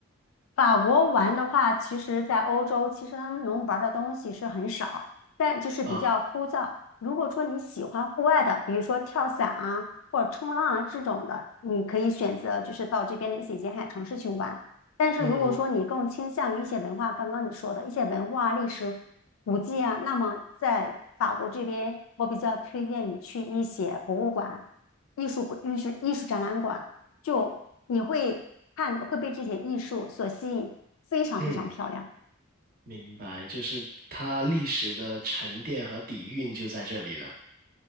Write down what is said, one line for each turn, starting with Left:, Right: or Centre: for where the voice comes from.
Left: 法国玩的话，其实，在欧洲，其实他们能玩的东西是很少，但就是比较枯燥。
Right: 啊，
Left: 如果说你喜欢户外的，比如说跳伞啊，或者冲浪啊这种的，你可以选择就是到这边的一些沿海城市去玩。但是如果说你更倾向于一些文化，
Right: 嗯嗯
Left: 刚刚你说的一些文化、历史古迹啊，那么在法国这边，我比较推荐你去一些博物馆、艺术艺术艺术展览馆。就你会看，会被这些艺术所吸引，非常非常漂亮。
Right: 嗯，明白，就是它历史的沉淀和底蕴就在这里了。